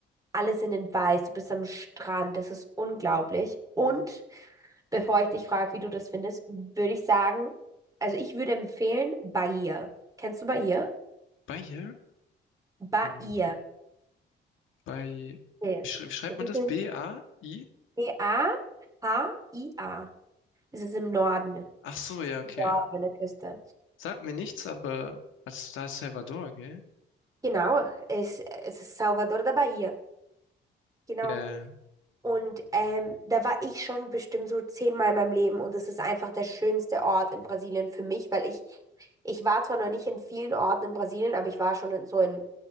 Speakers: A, on the right (about 15°); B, on the left (about 80°).
A: alle sind in Weiß, du bist am Strand, das ist unglaublich. Und bevor ich dich frage, wie du das findest, würde ich sagen, also ich würde empfehlen Bahia. Kennst du Bahia?
B: Bei ihr?
A: Bahia.
B: Hm. Bei,
A: Okay.
B: wie, schrei- wie schreibt
A: Das
B: man
A: ist
B: das?
A: in
B: B-A-I?
A: B-A-H-I-A. Es ist im Norden.
B: Ach so, ja, okay.
A: Norden an der Küste.
B: Sagt mir nichts, aber also da ist Salvador, gell?
A: Genau, es, es ist Salvador da Bahia. Genau.
B: Ja, ja, ja.
A: Und ähm, da war ich schon bestimmt so zehnmal in meinem Leben und es ist einfach der schönste Ort in Brasilien für mich, weil ich, ich war zwar noch nicht in vielen Orten in Brasilien, aber ich war schon in so in